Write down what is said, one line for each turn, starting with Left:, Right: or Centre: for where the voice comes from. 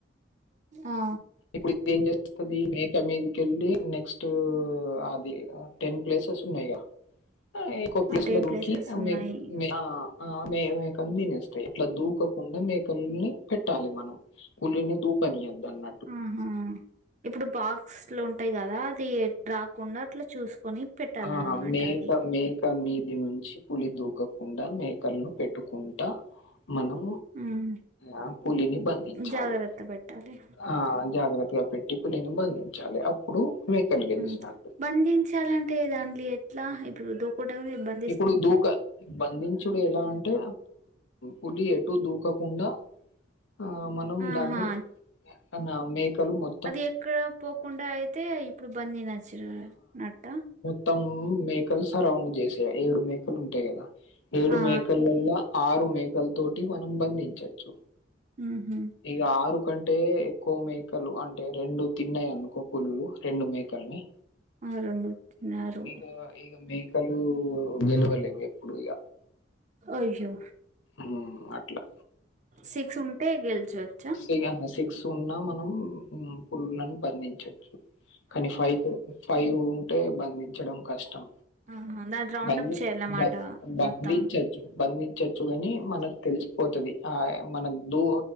Right: ఆ
Left: ఇప్పుడు ఇదేం చేస్తాది మేక మీదికెళ్ళి నెక్స్ట్ అది టెన్ ప్లేసెస్ ఉన్నాయిగా ఇంకో ప్లేస్లో
Right: ఆ టెన్
Left: దూకి
Right: ప్లేసెస్ ఉన్నాయి
Left: మే మే ఆ ఆ మే మేకని తినేస్తాయి ఇట్లా దూకకుండా మేకల్ని పెట్టాలి మనం పులిని దుకానియద్దు అన్న
Right: ఆహా ఇప్పుడు బాక్స్లు ఉంటాయి కదా అది రాకుండ అట్లా చూసుకొని పెట్టాలన్నమాట
Left: ఆ మేక
Right: అది
Left: మే క మీది నుంచి పులి దూకకుండా మేకలను పెట్టుకుంటా మనం
Right: ఉమ్
Left: ఆ పులిని బంధించాలి
Right: జాగ్రత్త పెట్టాలి
Left: ఆ జాగ్రత్తగా పె ట్టి పులిని బంధించాలి అప్పుడు మేకలు గెలిచినట్టు.
Right: ఆ బంధించాలంటే దానిలో ఎట్లా ఇప్పుడు దూకడమే బం
Left: ఇప్పుడు దూక బంధించుడు ఎలా అంటే పులి ఎటు దూకకుండా ఆ మనం
Right: ఆహా
Left: దాన్ని మన మేకలు మొ
Right: అది ఎక్కడ పోకుండా అయితే ఇప్పుడు బందనచురు అనట్ట
Left: త్తం మేకలు సరౌండ్ చేసే ఏడు మేకలు ఉంటాయి కదా ఏడు
Right: ఆ
Left: మేకలలా ఆరు మేకల తోటి మనం బంధించచ్చు
Right: మ్మ్ఉహ్మ్
Left: ఇగ ఆరు కంటే ఎక్కువ మేకలు అంటే రెండు తిన్నాయి అనుకో పులులు రెండు మే కల్ని
Right: ఆ రెండు తిన్నారు
Left: ఆ ఇగ మే క్కలు గెలువలేవు ఎప్పుడు ఇగ
Right: అయ్యో
Left: మ్ అట్లా
Right: సిక్స్ ఉంటే గెలుసొచ్చా
Left: ఇగ సిక్స్ ఉన్నా మనం పులులను బంధించొచ్చు కానీ ఫైవ్ ఫైవ్ ఉంటే బంధించడం కష్టం
Right: ఆహా దాని రౌండ్
Left: బంది
Right: అప్ చేయాలన్నమాట
Left: బం బంధించచ్చు
Right: మొత్తం
Left: బంధించ చ్చు అని మనకు తెలిసిపోతది ఆ మన దూ